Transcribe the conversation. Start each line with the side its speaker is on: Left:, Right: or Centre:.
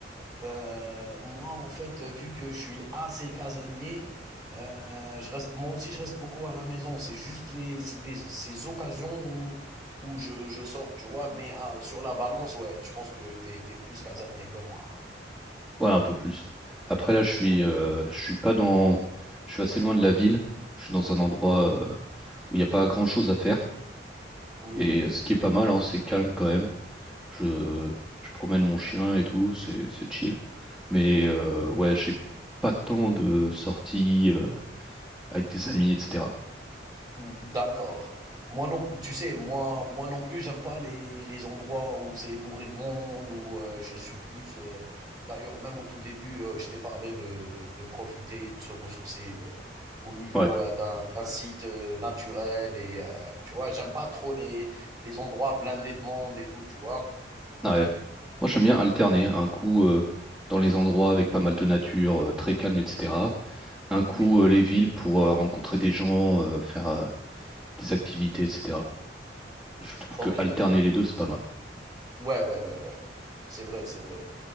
Right: Heu, moi, en fait, vu que je suis assez casanier, heu, je reste moi aussi, je reste beaucoup à la maison. C'est juste les c'est les ces occasions où où je je sors, tu vois? Mais ah, sur la balance, ouais, je pense que tu es tu es plus casanier que moi, ouais.
Centre: ouais, un peu plus. Après là, je suis,
Right: Ouais,
Centre: euh, je suis pas dans, je suis assez loin de la ville. Je suis dans un endroit euh, où il n'y a pas grand-chose à faire.
Right: oui.
Centre: Et euh, ce qui est pas mal, hein, c'est calme quand même. Je, je promène mon chien et tout, c'est c'est chill. Mais euh, ouais, j'ai pas tant de sorties euh, avec des amis, etc.
Right: Ouais. D'accord. Moi non plus, tu sais, moi, moi non plus, j'aime pas les, les endroits où c'est bourré de monde, où euh, je suis plus. euh, d'ailleurs, même au tout début, euh, je t'ai parlé de, de, de profiter et de se ressourcer euh, au niveau
Centre: Ouais,
Right: euh, d'un, d'un site euh, naturel. Et euh, tu vois, j'aime pas trop les, les endroits blindés de monde et tout, tu vois.
Centre: Ah ouais. Moi, j'aime bien alterner un coup euh, dans les endroits avec pas mal de nature, euh, très calme, etc. un coup
Right: Oui,
Centre: euh, les villes pour euh, rencontrer des gens, euh, faire euh, des activités, etc. Je trouve
Right: ok,
Centre: que alterner
Right: ok.
Centre: les deux, c'est pas mal.
Right: Ouais, ouais, ouais, ouais. C'est vrai, c'est vrai.